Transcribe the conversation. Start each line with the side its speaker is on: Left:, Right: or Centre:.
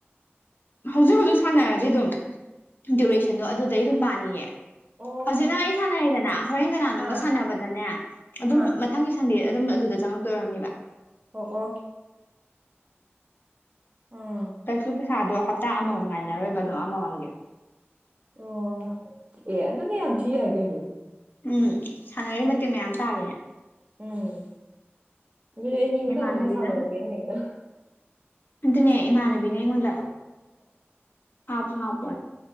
Left: ꯍꯧꯖꯤꯛ ꯍꯧꯖꯤꯛ ꯁꯥꯟꯅꯔꯗꯤ ꯑꯗꯨꯝ ꯗ꯭ꯨꯔꯦꯁꯟꯗꯣ ꯑꯗꯨꯗꯩ ꯑꯗꯨꯝ ꯄꯥꯅꯤꯌꯦ
Right: ꯑꯣ
Left: ꯍꯧꯖꯤꯛ ꯅꯪ ꯑꯩ ꯁꯥꯟꯅꯔꯩꯗꯅ ꯍꯣꯔꯦꯟ ꯀꯅꯥꯅꯣꯝꯒ
Right: ꯑꯥ
Left: ꯁꯥꯟꯅꯕꯗꯅꯦ ꯑꯗꯨꯝ
Right: ꯑꯥ
Left: ꯃꯊꯪꯒꯤ ꯁꯟꯗꯦ ꯑꯗꯨꯝ ꯑꯗꯨꯗ ꯆꯪꯉꯛꯇꯣꯏ ꯑꯣꯏꯔꯝꯅꯦꯕ
Right: ꯑꯣ ꯑꯣ ꯎꯝ
Left: ꯀꯩꯁꯨ ꯄꯩꯁꯥꯗꯣ ꯍꯞꯇꯥ ꯑꯃꯥꯃꯝ ꯉꯥꯏꯅꯔꯣꯏꯕ ꯑꯗꯨꯝ ꯑꯃꯃꯥꯝꯒꯤ
Right: ꯑꯣ ꯑꯦ ꯑꯗꯨꯗꯤ ꯌꯥꯝ ꯊꯤ ꯌꯥꯏ ꯀꯩꯅꯣ
Left: ꯎꯝ ꯁꯥꯟꯅꯔꯤ ꯃꯇꯤꯛ ꯃꯌꯥꯝ ꯇꯥꯂꯤꯅꯦ
Right: ꯎꯝ ꯑꯗꯨꯗꯤ ꯑꯩ ꯃꯤ ꯃꯊꯪ
Left: ꯏꯃꯥꯟꯅꯕꯤꯅ
Right: ꯃꯊꯪ ꯁꯥꯟꯅꯔꯒꯦꯅꯦ ꯍꯦꯛꯇ
Left: ꯑꯗꯨꯅꯦ ꯏꯃꯥꯟꯅꯕꯤꯅ ꯑꯩꯉꯣꯟꯗ
Right: <inaudible>
Left: ꯍꯥꯄꯣ ꯍꯥꯄꯣ